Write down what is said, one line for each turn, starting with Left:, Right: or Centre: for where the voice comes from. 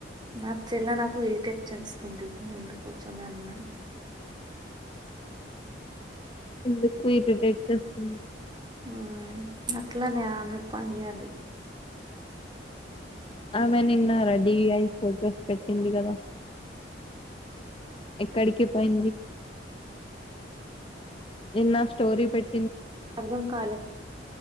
Right: నా చెల్లె నాకు ఇరిటేట్ చెస్తుంది ముందు కూర్చలే అన్నా
Left: ఎందుకు ఇరిటేట్ చేస్తుంది
Right: ఆ అట్లానే ఆమె పని అది
Left: ఆమె నిన్న రెడీ అఐ ఫోకస్ పెట్టింది కదా ఎక్కడికిే పోయింది ఇన్న స్టోరి పెట్టి
Right: అర్థం కాలే